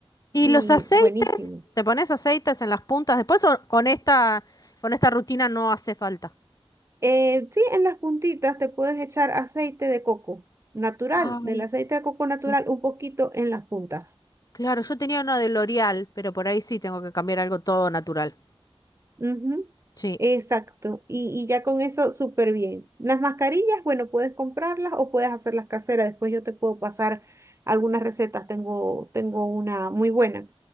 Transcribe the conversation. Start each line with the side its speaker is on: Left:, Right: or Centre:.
Left: ¿Y
Right: Y
Left: los aceites?
Right: buenísimo.
Left: ¿Te pones aceites en las puntas después o con esta, con esta rutina no hace falta?
Right: Eh, sí, en las puntitas te puedes echar aceite de coco natural,
Left: Ay,
Right: del aceite de coco natural,
Left: no-
Right: un poquito en las puntas.
Left: claro, yo tenía uno de L'Oreal, pero por ahí sí tengo que cambiar algo todo natural.
Right: Ujú,
Left: Sí,
Right: Exacto. Y, y ya con eso, súper bien. Las mascarillas, bueno, puedes comprarlas o puedes hacerlas caseras. Después yo te puedo pasar algunas recetas. Tengo, tengo una muy buena